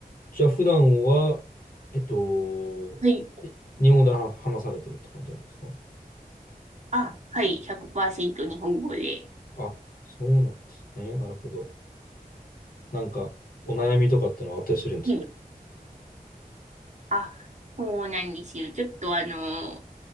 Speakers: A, on the left; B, on the right.
A: じゃあ普段は、えっと、
B: はい。
A: え日本語で話話されてるって感じなんですか
B: あ、はい、100%日本語で。
A: あ、そうなんですね。なるほど。なんか、お悩みとかってのはあったりするんですか
B: はい。あ、そうなんですよ。ちょっとあの、